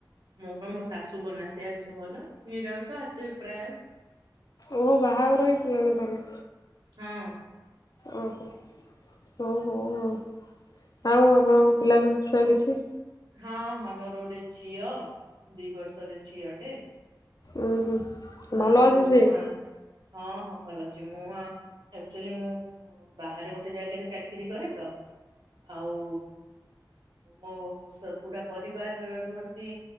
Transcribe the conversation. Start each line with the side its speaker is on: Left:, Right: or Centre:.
Right: ମୁଁ କଣ ମୋ ଶା ଶୁ ବନାନ୍ତି ଆଇଁଷ ଭଲ, ନିରାମଷ ଆସେ ପ୍ରାୟ।
Left: ଓହୋ ବାହାଘର ହେଇସାରିଲାଣି ତାହଲେ।
Right: ହଁ
Left: ଓହୋ ହଉ-ହଉ ଆଉ, ଆଉ ଆପଣଙ୍କ ପିଲା ବି ଛୁଆ କିଛି?
Right: ହଁ-ହଁ ମୋର ଗୋଟେ ଝିଅ, ଦି ବର୍ଷର ଝିଅଟେ।
Left: ଉଁ ହୁଁ
Right: ହଁ
Left: ଭଲ ଅଛି
Right: ମୁଁ
Left: ସେ
Right: ଆଁ ହଁ-ହଁ ଭଲ ଅଛି, ମୁଁ ଆଁ ଆକଚୁଆଲି ମୁଁ ବାହାରେ ଗୋଟେ ଜାଗାରେ ଚାକିରି କରେ ତ, ଆଉ ମୋ ପୁରା ପରିବାର ରୁହନ୍ତି